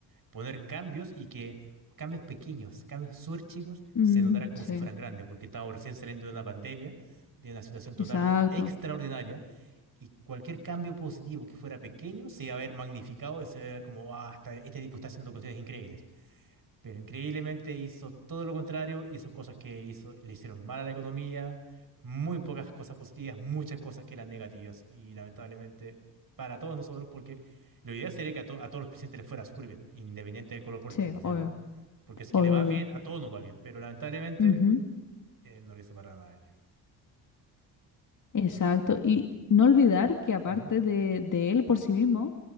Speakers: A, on the right (about 45°); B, on the left (about 40°).
A: poner cambios y que cambios pequeños, cambios súper chicos,
B: Mm,
A: se notaran como
B: sí,
A: si fueran grandes, porque estábamos recién saliendo de una pandemia, de una situación totalmente
B: exacto.
A: extraordinaria, y cualquier cambio positivo que fuera pequeño se iba a ver magnificado y se iba a ver como, "Guau, este tipo está haciendo cuestiones increíbles pero increíblemente hizo todo lo contrario, hizo cosas que hizo, le hicieron mal a la economía, muy pocas cosas positivas, muchas cosas que eran negativas y lamentablemente para todos nosotros, porque lo ideal sería que a, to- a todos los presidentes les fuera súper bien, independiente del color político,
B: Sí,
A: ¿cierto?
B: obvio,
A: Porque si es que
B: obvio,
A: le va bien,
B: obvio.
A: a todos nos va bien, pero lamentablemente
B: Ujú,
A: él no lo hizo para nada bien.
B: Exacto. Y no olvidar que aparte
A: Ujú.
B: de, de él por sí mismo.